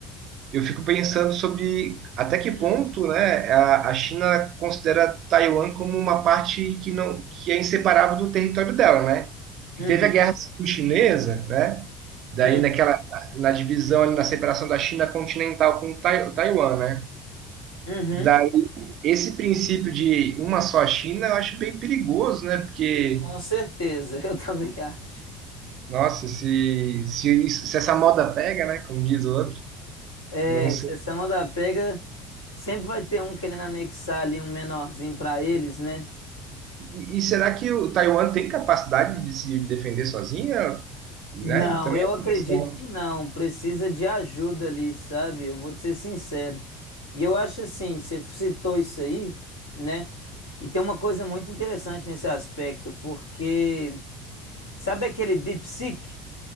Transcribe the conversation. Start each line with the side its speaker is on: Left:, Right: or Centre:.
Right: eu fico pensando sobre até que
Left: Hum.
Right: ponto, né, a, a China considera Taiwan como uma parte que não, que é inseparável do território dela, né? Que
Left: Uhum,
Right: teve a Guerra Civil-Chinesa, né? Daí
Left: uhum,
Right: naquela, na divisão, ali, na separação da China continental com Tai- Taiwan, né?
Left: uhum.
Right: Daí, esse princípio de uma só China eu acho bem perigoso, né? Porque,
Left: Com certeza, <laughs> eu também acho.
Right: nossa, se, se, isso- se essa moda pega, né? Como diz o outro,
Left: É,
Right: não sei.
Left: se essa moda pega, sempre vai ter um querendo anexar ali um menorzinho pra eles, né?
Right: E, e será que o Taiwan tem capacidade de se defender sozinha? Né?
Left: Não,
Right: Também
Left: eu
Right: é uma
Left: acredito
Right: questão.
Left: que não. Precisa de ajuda ali, sabe? Eu vou te ser sincero. E eu acho assim, você citou isso aí, né? E tem uma coisa muito interessante nesse aspecto, porque sabe aquele DeepSeek